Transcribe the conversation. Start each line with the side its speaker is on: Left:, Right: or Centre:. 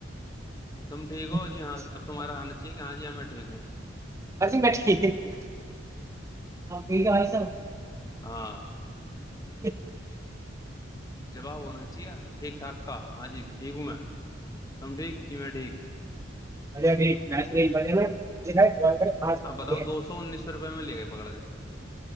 Left: تم ٹیک
Right: نے
Left: ہو
Right: میری
Left: جیاں
Right: ٹینشن نہیں
Left: اب تمہار آنااہیے کہاں جی جی میں ٹھیک ہوں
Right: بھ جی میں ٹھیک ہوں ہاں ٹھیک ہے بھائی صاحب
Left: ہاں
Right: ج
Left: جواب ہونا چاہیے ٹھیک ٹھاک کا ہاں جی ٹھیک ہوں میں سم ٹھیک کی میں ٹھیک
Right: مج م مجے میں اے بات کرے ہاں جو
Left: ہپ بتاؤ
Right: رہی ہے
Left: دو سو انیس سو روپئے ملے گئے پکڑ کے